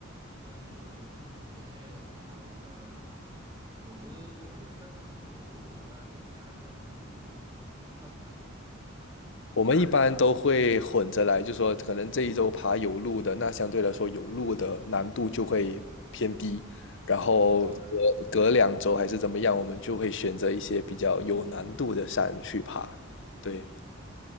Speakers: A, on the right; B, on the left.
A: 但是以前也有爬过山了，有的有的山它是有路的，但有的山它是没路的。你一般爬的是哪种山啊
B: 我们一般都会混着来，就说可能这一周爬有路的，那相对来说有路的难度就会偏低，然后隔
A: 当然了，
B: 隔两周还是怎么样，我们就会选择一些比较有难度的山去爬。对，